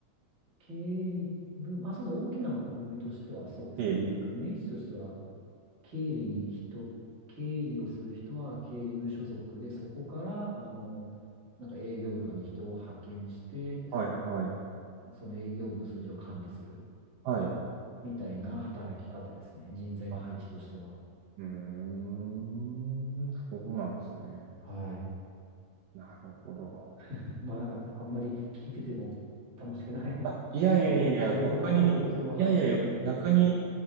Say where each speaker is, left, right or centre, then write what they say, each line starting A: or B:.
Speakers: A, on the right; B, on the right.
A: 経理部、あ、そうですね。大きな枠組みとしてはそうですね。
B: 経理。
A: なんかイメージとしては、経理に人、経理をする人は経理部所属で、そこから、あの、なんか営業部とかに人を派遣して、
B: はい、はい、
A: その営業部の数字を管理する
B: はい。
A: みたいな働き方ですね。人材の配置としては。
B: あうーん、そうなんですね。
A: はい。
B: なるほど。
A: <laughs> まあなんか、あんまり聞いてても楽しくない
B: あ、
A: <laughs>
B: いやいやいやいや、
A: 仕事、仕事かなって私も話してて思ったんですけど
B: 逆に、いやいや、逆に、